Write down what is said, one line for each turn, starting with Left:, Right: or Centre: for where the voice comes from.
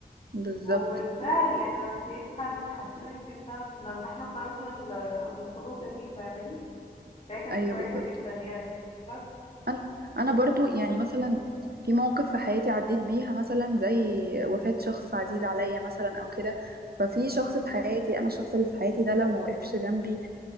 Right: بالظبط
Left: وبالفعل يعني نفسيتي فعلا اتحسنت جدا لما احنا خرجنا ال- الخروجه دي فاهماني فهي كانت
Right: ايوه
Left: كويسه
Right: بالظبط
Left: جدا يعني بس
Right: انا انا برضو يعني مثلا في مواقف في حياتي عديت بيها مثلا زي وفاة شخص عزيز عليا مثلا او كده ففي شخص في حياتي انا الشخص اللي في حياتي ده لو ما وقفش جنبي